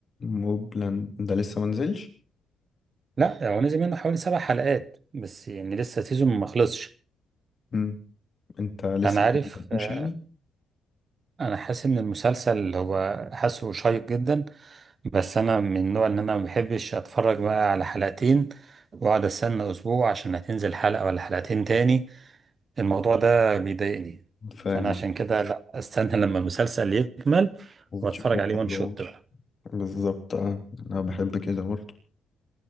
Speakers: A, on the left; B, on the right.
A: موبلاند ده لسه منزلش
B: لا هو نزل منه حوالي سبع حلقات بس يعني لسه سيزون ما خلصش
A: مم. انت لسه
B: انا عارف
A: ما بدأتوش
B: آه،
A: يعني
B: انا حاسس ان المسلسل هو حاسه شيق جدا بس انا من النوع ان انا ما بحبش اتفرج بقى على حلقتين واقعد استنى اسبوع عشان هتنزل حلقه ولا حلقتين تاني الموضوع ده بيضايقني
A: فاهم
B: فانا عشان كده لا استنى <laughs> لما المسلسل يكمل
A: وتشوفه
B: واتفرج عليه وان
A: كله
B: شوت بقى
A: بالظبط اه انا بحب كده برضه